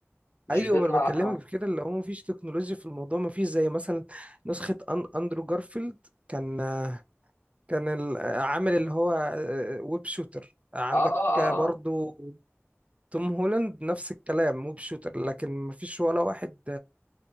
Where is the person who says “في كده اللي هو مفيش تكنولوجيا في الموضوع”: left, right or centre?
Right